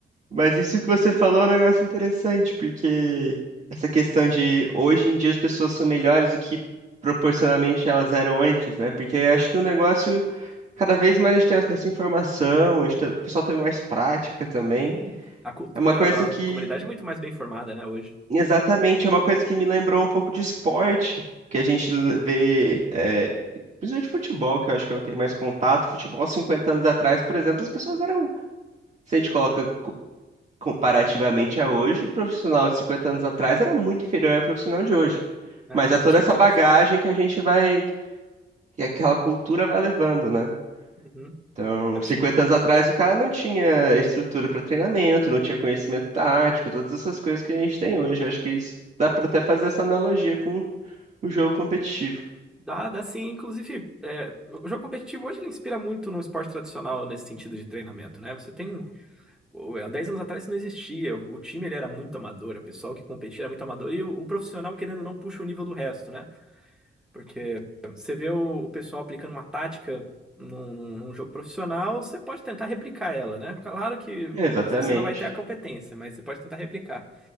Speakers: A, on the right (about 35°); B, in the centre.
A: Mas isso que você falou é um negócio interessante, porque essa questão de hoje em dia as pessoas são melhores do que proporcionalmente elas eram antes, né? Porque eu acho que o negócio, cada vez mais a gente tem acesso à informação, a gente tá- o pessoal teve mais prática também.
B: Sim, a cultura,
A: É uma coisa
B: a
A: que,
B: comunidade é muito mais bem formada, né, hoje.
A: exatamente, é uma coisa que me lembrou um pouco de esporte, que a gente l- vê, é, principalmente futebol, que eu acho que eu tenho mais contato. Futebol, 50 anos atrás, por exemplo, as pessoas eram. Se a gente coloca. comparativamente a hoje, o profissional de 50 anos atrás era muito inferior ao profissional de hoje.
B: Ah,
A: Mas
B: é,
A: é toda
B: com certeza.
A: essa bagagem que a gente vai, que aquela cultura vai levando, né?
B: Uhum.
A: Então,
B: Eu acho
A: 50
B: que
A: anos atrás, o cara não tinha estrutura para treinamento, não tinha conhecimento tático, todas essas coisas que a gente tem hoje. Eu acho que isso dá para até fazer essa analogia com o jogo competitivo.
B: dá, dá sim. Inclusive, é, o jogo competitivo hoje ele inspira muito no esporte tradicional nesse sentido de treinamento, né? Você tem. o- Há 10 anos atrás isso não existia. O time ele era muito amador, o pessoal que competia era muito amador, e o, o profissional, querendo ou não, puxa o nível do resto, né? Porque você vê o, o pessoal aplicando uma tática num, num- num jogo profissional, você pode tentar replicar ela, né? Claro que
A: Exatamente.
B: às vezes você não vai ter a competência, mas você pode tentar replicar.